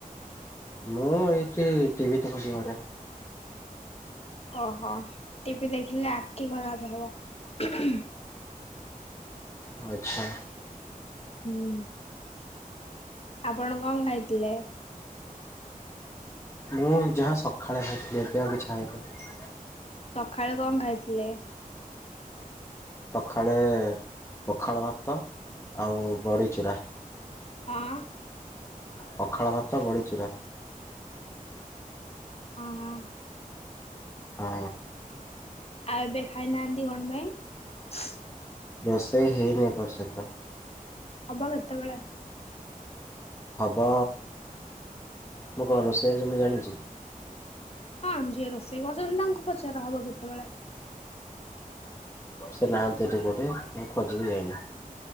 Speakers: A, on the left; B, on the left.
A: ମୁଁ ଏଇଠି ଟିଭି ଦେଖୁଛି ଘରେ।
B: ଓହୋ ଟିଭି ଦେଖିଲେ ଆଖି ଖରାପ ହବ।
A: ଆଚ୍ଛା।
B: ହୁଁ ଆପଣ କଣ ଖାଇଥିଲେ?
A: ମୁଁ ଯାହା ସକାଳେ ଖାଇଥିଲି ଏବେ ଆଉ କିଛି ଖାଇନି।
B: ସଖାଳୁ କଣ ଖାଇଥିଲେ?
A: ସଖାଳେ ପଖାଳ ଭାତ ଆଉ ବଡ଼ିଚୁରା।
B: ହଁ।
A: ପଖାଳ ଭାତ ବଢ଼ିଚୂୁରା।
B: ହଁ ହଁ
A: ହଁ।
B: ଆଉ ଏବେ ଖାଇନାହାନ୍ତି କଣ ପାଇଁ?
A: ରୋଷେଇ ହେଇନି ଏପର୍ଯୟନ୍ତ।
B: ହବ କେତେବେଳେ?
A: ହବ, ମୁଁ କଣ ରୋଷେଇଆ ଯେ ମୁଁ ଜାଣିଛି।
B: ହଁ ଯିଏ ରୋଷେଇ କରୁଚନ୍ତି ତାଙ୍କୁ ପଚାର ହବ କେତେବେଳେ?
A: ସେ ନାହାନ୍ତି ଏଠି କୋଉଠେ ମୁଁ ଖୋଜିିବି ଯାଇନି